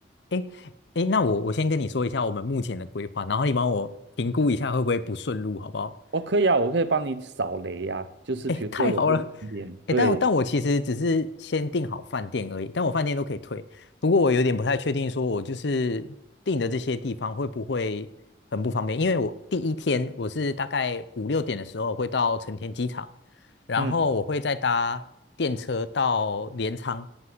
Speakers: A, on the left (about 65°); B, on the right (about 65°).
A: 诶诶，那我我先跟你说一下我们目前的规划，然后你帮我评估一下会不会不顺路，好不好？
B: 我可以啊，我可以帮你扫雷呀、就是比如说有不景点，
A: 哎，太好了！
B: 对，
A: 哎，但我但我其实只是先订好饭店而已，但我饭店都可以退。不过我有点不太确定，说我就是订的这些地方会不会很不方便？因为我第一天我是大概五六点的时候会到成田机场，然后我会再搭电车到镰仓，
B: 嗯